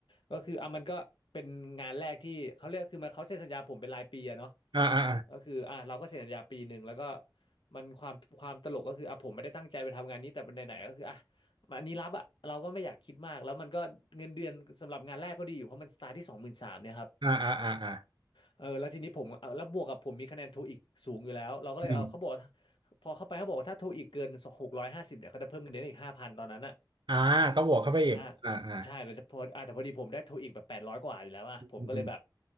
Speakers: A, on the left; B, on the right.
A: ก็คืออ่ะมันก็เป็นงานแรกที่เขาเรียกคือมันเขาเซ็นสัญญาผมเป็นรายปีอะเนาะ
B: อ่าอ่า
A: ก็คืออ่ะเราก็เซ็นสัญญาปีหนึ่งแล้วก็มันความความตลกก็คืออ่ะผมไม่ได้ตั้งใจไปทำงานนี้แต่ไหนๆก็คืออ่ะ มันอันนี้รับอะเราก็ไม่อยากคิดมากแล้วมันก็เงินเดือนสำหรับงานแรกก็ดีอยู่เพราะมันสตาร์ทที่สองหมื่นสามเนี่ยครับ
B: อ่าอ่าอ่าอ่าอ่า
A: เออแล้วทีนี้ผมเอาแล้วบวกกับผมมีคะแนนโทอีกสูงอยู่แล้วเราก็เลยเอาเขาบอกว่า
B: อืม
A: พอเข้าไปเขาบอกว่าถ้าโทอีกเกินหกร้อยห้าสิบเนี่ยเขาจะเพิ่มเงินเดือนอีกห้าพันตอนนั้นอะ
B: อ่าก็บวกเข้าไปอีกอ่าอ่า
A: อ่าใช่แล้วพออ่ะแต่พอดีผมได้โทอีกแบบแปดร้อยกว่าอยู่แล้วอ่ะผมก็เลยแบบ
B: อืมอืม